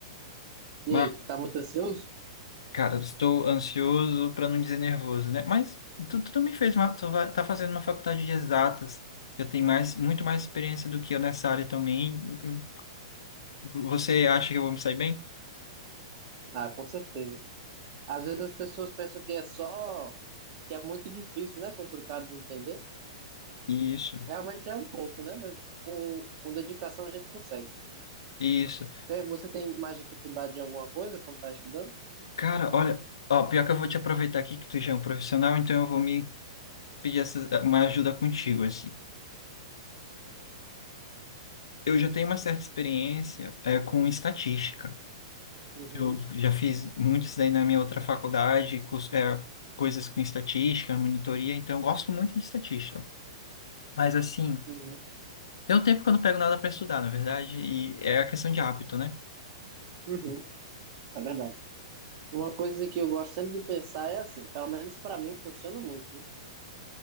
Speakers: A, on the right; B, on the left.
A: E
B: Mas,
A: aí, tá muito ansioso?
B: cara, eu estou ansioso para não dizer nervoso, né? Mas tu, tu também fez uma, tu vai- tá fazendo uma faculdade de exatas. Já tem mais, muito mais experiência do que eu nessa área também. Eu- eu- Você acha que eu vou me sair bem?
A: Ah, com certeza. Às vezes as pessoas pensam que é só, que é muito difícil, né? Complicado de entender.
B: Isso,
A: Realmente é um pouco, né? Mas com, com dedicação a gente consegue.
B: isso.
A: Quer- Você tem mais dificuldade em alguma coisa quando tá estudando?
B: Cara, olha, ó, pior que eu vou te aproveitar aqui que tu já é um profissional, então eu vou me pedir essa- uma ajuda contigo, assim. Eu já tenho uma certa experiência é, com estatística.
A: Uhum,
B: Eu já fiz muito isso daí na minha outra faculdade, cus- é, coisas com estatística, monitoria, então eu gosto muito de estatística. Mas assim,
A: uhum,
B: tem um tempo que eu não pego nada para estudar, na verdade, e é a questão de hábito, né?
A: uhum. É verdade. Uma coisa que eu gosto sempre de pensar é assim, pelo menos para mim funciona muito, né?